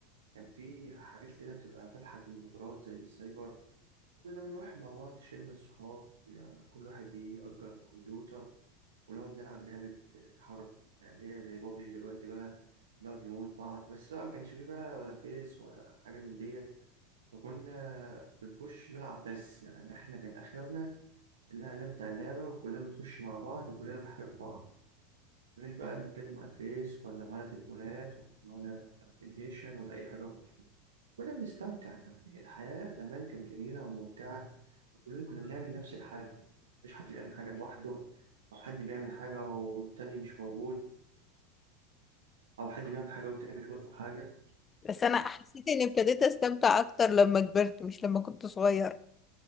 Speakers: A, on the right (about 80°); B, on the left (about 25°).
A: كان في حاجات كده بتبقى فاتحه كمبيوترات زي السايبر كنا بنروح مع بعض شله الصحاب يعني كل واحد يأجر كمبيوتر ونقعد نلعب لعبة حرب يعني اللي هي زي بابجي دلوقتي بقى نقعد نموت بعض بس بقى ما كانش فيه بقى ولا فيس ولا حاجة من ديت فكنا بنخش نلعب بس يعني احنا كان آخرنا الإعلان بتاع اللعبة وكلنا نخش مع بعض وكلنا نحارب بعض مش بقى نتكلم على الفيس ولا معانا تليفونات ولا معانا ابلكيشن ولا أي حاجة كنا بنستمتع يعني الحياة زمان كانت جميلة وممتعة وكلنا كنا بنعمل نفس الحاجة مفيش حد بيعمل حاجة لوحده أو حد بيعمل حاجة والتاني مش موجود أو حد بيعمل حاجة والتاني مشغول في حاجة
B: بس انا حسيت اني ابتديت استمتع اكتر لما كبرت مش لما كنت صغير